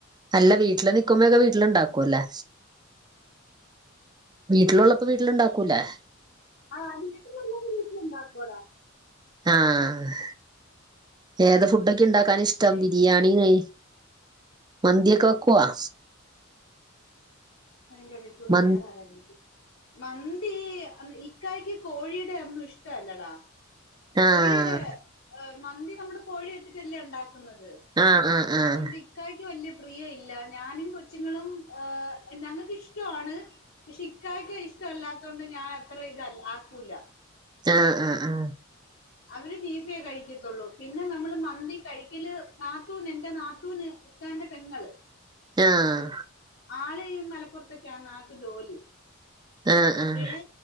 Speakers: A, on the right; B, on the left.
A: അല്ല വീട്ടില് നിക്കുമ്പോ ഒക്കെ വീട്ടിലുണ്ടാക്കും അല്ലേ വീട്ടിലുള്ളപ്പോ വീട്ടിലുണ്ടാക്കൂല്ലേ
B: ആഹ് അത് വീട്ടിലുള്ളപ്പ് വീട്ടില് ഉണ്ടാക്കോടാ
A: ആഹ ഏത് ഫുഡൊക്കെ ഉണ്ടാക്കൻ ഇഷ്ട ഇഷ്ടം
B: പിന്നെ
A: ബിരിയാണിന്ന് മന്തിയൊക്കെ വെക്കവാ
B: അതിന്റെ ഇടക്കൂടെ
A: മ
B: വേറെ ആരാരിക്കും മന്തി ഇക്കായ്ക്ക് കോഴിയുടെ ഒന്നും ഇഷ്ട അല്ലെടാ കോഴിയുടെ
A: ആഹ്
B: മന്തി നമ്മള് കോഴി വെച്ചിട്ടല്ലേ ഉണ്ടാക്കുന്നത്
A: ആഹ് ആഹ് ആഹ്
B: അതുകൊണ്ട്ി ഇക്കായ്ക്ക് വല്യ പ്രിയ ഇല്ല ഞാനും കൊച്ചുങ്ങളും ഏഹ് ഞങ്ങൾക്കിഷ്ടമാണ് പക്ഷ ഇക്കായക്കെ ഇഷ്ടമല്ലാത്തുകൊണ്ട് ഞാൻ അത്ര ഇതല്ല ആക്കൂല
A: ആഹ ആഹ് ആഹ്
B: അവര് ബീഫ് കഴിക്കത്തുള്ളൂ പിന്നെ നമ്മള് മന്തി കഴിക്കല് നാത്തൂന് എന്റെ നാത്തൂന് ഇക്കാന്റെ പെങ്ങള്
A: ആഹ്
B: ആള് മലപ്പുറത്തൊക്കാ ആൾക്ക് ജോലി
A: ആഹ്
B: അപ്പഴേ
A: ആഹ്